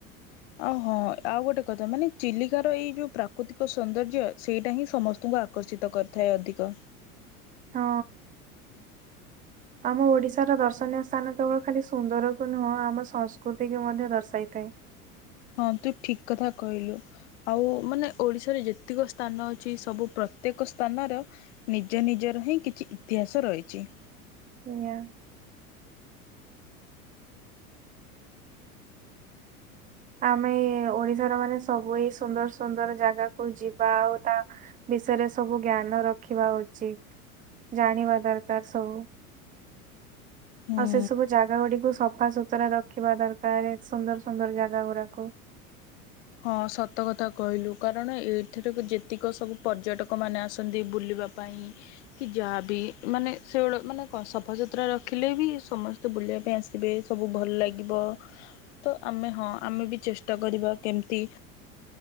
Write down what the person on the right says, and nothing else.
ହଁ। ଆମ ଓଡିଶାର ଦର୍ଶନୀୟ ସ୍ଥାନ କେବଳ ଖାଲି ସୁନ୍ଦରକୁ ନୁହଁ ଆମ ସଂସ୍କୃତିକୁ ମଧ୍ୟ ଦର୍ଶାଇଥାଏ।
ଆଜ୍ଞା। ଆମେ ଓଡିଶାର ମାନେ ସବୁ ଏଇ ସୁନ୍ଦର ସୁନ୍ଦର ଜାଗାକୁ ଯିବା ଆଉ ତା ବିଷୟରେ ସବୁ ଜ୍ଞାନ ରଖିବା ଉଚିତ ଜାଣିବା ଦରକାର ସବୁ
ଆଉ ସେ ସବୁ ଯାଗା ଗୁଡିକୁ ସଫା ସୁୁତୁରା ରଖିବା ଦରକାର ସୁନ୍ଦର ସୁନ୍ଦର ଯାଗା ଗୁଡାକୁ।